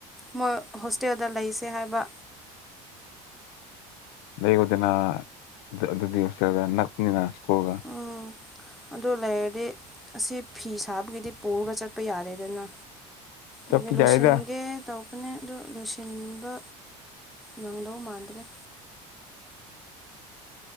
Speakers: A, in the centre; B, on the left.
A: ꯃꯣꯏ ꯍꯣꯁꯇꯦꯜꯗ ꯂꯩꯁꯦ ꯍꯥꯏꯕ
B: ꯂꯩꯌꯨꯗꯅ ꯑꯗꯨ ꯑꯗꯨꯗꯤ ꯍꯣꯁꯇꯦꯜꯗ ꯅꯛꯄꯅꯤꯅꯥ ꯁ꯭ꯀꯨꯜꯒ
A: ꯎꯝ ꯑꯗꯣ ꯂꯩꯔꯗꯤ ꯑꯁꯤ ꯐꯤ ꯁꯥꯕꯒꯤꯗꯤ ꯄꯨꯔꯒ ꯆꯠꯄ ꯌꯥꯔꯦꯗꯅ
B: ꯆꯠꯄ
A: ꯑꯗꯨꯒꯤ ꯂꯣꯏꯁꯤꯟꯒꯦ
B: ꯌꯥꯏꯗ
A: ꯇꯧꯕꯅꯦ ꯑꯗꯨ ꯂꯣꯏꯁꯤꯟꯕ ꯅꯪꯗꯧ ꯃꯥꯟꯗ꯭ꯔꯦ